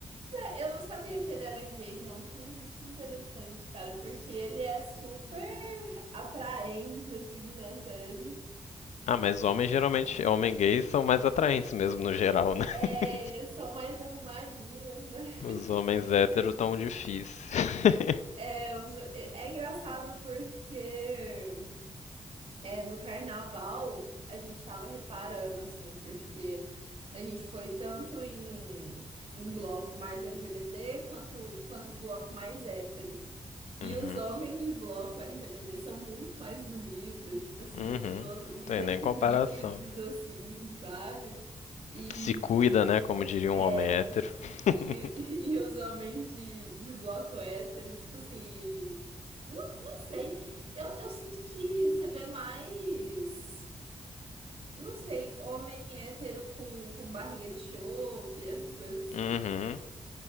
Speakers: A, on the right; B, on the left.
A: É, Eu não sabia que ele era gay, não. Que, que interessante, cara, porque ele é super atraente, assim, na série.
B: Ah, mas homens geralmente, homens gays são mais atraentes mesmo no geral, né? <laughs>
A: É, são mais arrumadinhos, né?
B: Os homens héteros tão difíceis. <laughs>
A: É, os- é é engraçado porque É, no carnaval a gente tava reparando, assim, porque a gente foi tanto em, em bloco mais LGBT quanto, quanto bloco mais hétero. E
B: Uhum.
A: os homens de bloco LGBT são muito mais bonitos, tipo assim,
B: Uhum.
A: são todos definidos,
B: Tem nem comparação.
A: assim, sabe? E,
B: Se cuida, né? Como diria um homem
A: e,
B: hétero. <laughs>
A: <laughs> e os homens de, de bloco hétero, tipo assim, não, não sei, eu, eu sinto que você vê mais. Não sei, homem hétero com, com barriga de chope, essas coisas assim.
B: Uhum.